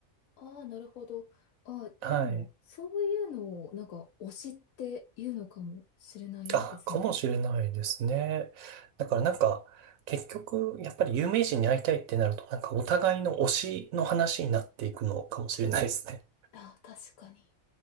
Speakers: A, on the left; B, on the right.
A: あ、ああ、なるほど。ああ、
B: はい。
A: でも、そういうのを、なんか、推しっていうのかもしれないですね。
B: あ、かもしれないですね。だからなんか、結局、やっぱり有名人に会いたいってなると、なんかお互いの推しの話になっていくのかもしれないですね。
A: ああ、確かに。